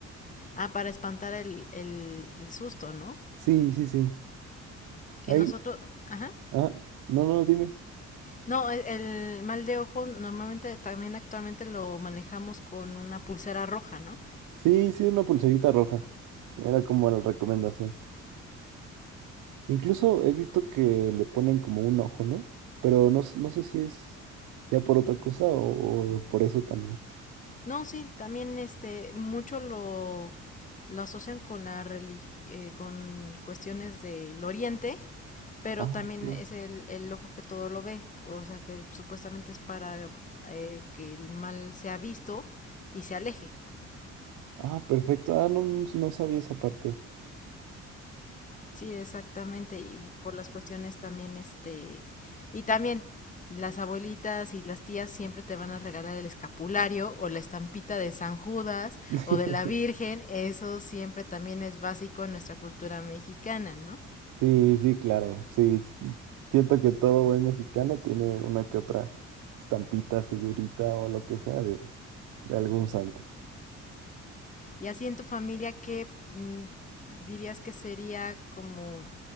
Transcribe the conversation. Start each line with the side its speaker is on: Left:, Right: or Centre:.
Left: Ah, para espantar el, el, el susto, ¿no?
Right: Sí, sí, sí.
Left: Que
Right: Ahí,
Left: nosotros, ajá.
Right: ah, no, no, dime.
Left: No, el, el mal de ojo normalmente también actualmente lo manejamos con una pulsera roja, ¿no?
Right: Sí, sí, una pulserita roja. Era como la recomendación. Incluso he visto que le ponen como un ojo, ¿no? Pero no, s- no sé si es ya por otra cosa o, o por eso también.
Left: No, sí, también este, mucho lo, lo asocian con la relig eh, con cuestiones del oriente pero
Right: Ah,
Left: también
Right: ok.
Left: es el, el ojo que todo lo ve, o sea que supuestamente es para eh, que el mal sea visto y se aleje.
Right: Ah, perfecto. Ah, no, no no sabía esa parte.
Left: Sí, exactamente, y por las cuestiones también, este, y también las abuelitas y las tías siempre te van a regalar el escapulario o la estampita de San Judas
Right: <laughs>
Left: o de la Virgen, eso siempre también es básico en nuestra cultura mexicana, ¿no?
Right: Sí, sí, claro, sí. s- Siento que todo buen mexicano tiene una que otra estampita, figurita o lo que sea de, de algún santo.
Left: Y así en tu familia, ¿qué mm, dirías que sería como